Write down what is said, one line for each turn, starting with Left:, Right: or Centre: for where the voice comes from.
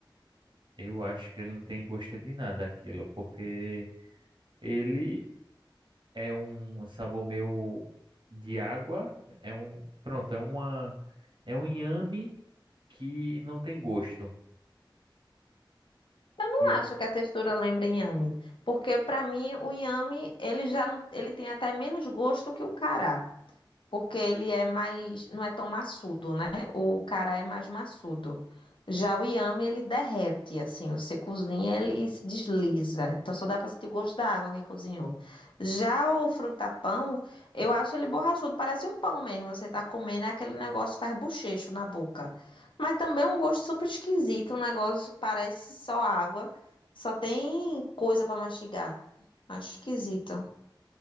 Right: Eu acho que ele não tem gosto de nada aquilo, porque ele é um sabor meio de água, é um, pronto, é uma, é um inhame que não tem gosto.
Left: Não
Right: E é-
Left: acho que a textura lembra inhame, porque para mim o inhame, ele já não, ele tem até menos gosto que o cará. porque ele é mais, não é tão massudo, né? O cará é mais massudo. Já o inhame, ele derrete, assim, você cozinha, ele se desliza. Então só dá para sentir o gosto da água que cozinhou. Já o frutapão, eu acho ele borrachudo, parece um pão mesmo. Você tá comendo, é aquele negócio que faz bochecho na boca. Mas também é um gosto super esquisito, um negócio que parece só água, só tem coisa para mastigar. Acho esquisito.